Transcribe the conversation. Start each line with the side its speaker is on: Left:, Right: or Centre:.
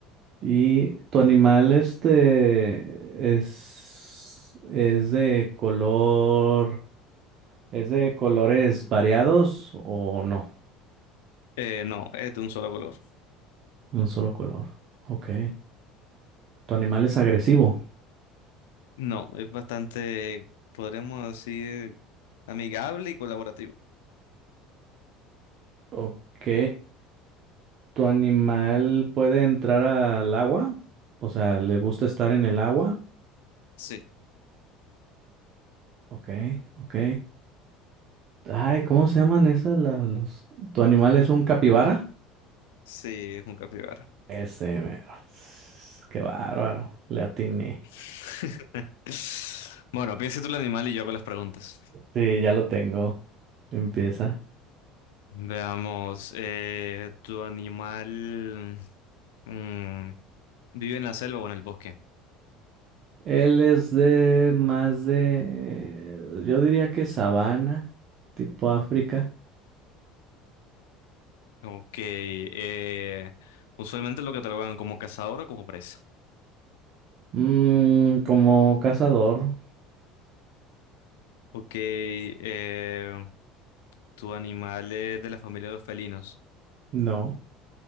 Right: ¿Y tu animal este es, es de color, es de colores variados o no?
Left: Eh, no, es de un solo color.
Right: Un solo color. Ok. ¿Tu animal es agresivo?
Left: No, es bastante, podríamos decir, amigable y colaborativo.
Right: Ok. ¿Tu animal puede entrar al agua? O sea, ¿le gusta estar en el agua?
Left: Sí,
Right: Ok, ok. Ay, ¿cómo se llaman esas? la- los... ¿Tu animal es un capibara?
Left: sí, es un capibara.
Right: Ese, mero. Qué bárbaro. Le atiné.
Left: <laughs> Bueno, piensa tú el animal y yo hago las preguntas.
Right: Sí, ya lo tengo. Empieza.
Left: Veamos, eh, ¿tu animal mm, vive en la selva o en el bosque?
Right: Él es de más de, yo diría que sabana, tipo África.
Left: Ok, eh, usualmente lo catalogan como cazador o como presa.
Right: Mm, como cazador.
Left: Ok, eh, ¿tu animal es de la familia de los felinos?
Right: No,